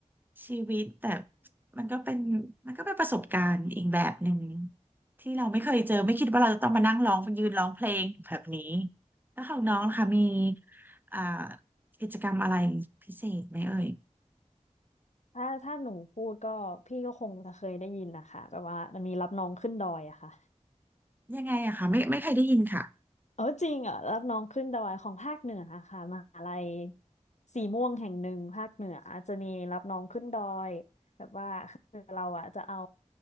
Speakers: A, on the right; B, on the left.
A: ชีวิตแต่มันก็เป็นมันก็เป็นประสบการณ์อีกแบบหนึ่งที่เราไม่เคยเจอไม่คิดว่าเราจะต้องมานั่งร้องยืนร้องเพลงแบบนี้แล้วของน้องล่ะคะมีอ่ากิจกรรมอะไรพิเศษไหมเอ่ย
B: ถ้าถ้าหนูพูดก็พี่ก็คงจะเคยได้ยินนะคะแบบว่ามันมีรับน้องขึ้นดอยอะค่ะ
A: ยังไงอะคะไม่ไม่เคยได้ยินค่ะ
B: เออจริงเหรอะรับน้องขึ้นดอยของภาคเหนืออะค่ะมหาลัยสีม่วงแห่งหนึ่งภาคเหนือจะมีรับน้องขึ้นดอยแบบว่าคือเราอ่ะจะเอา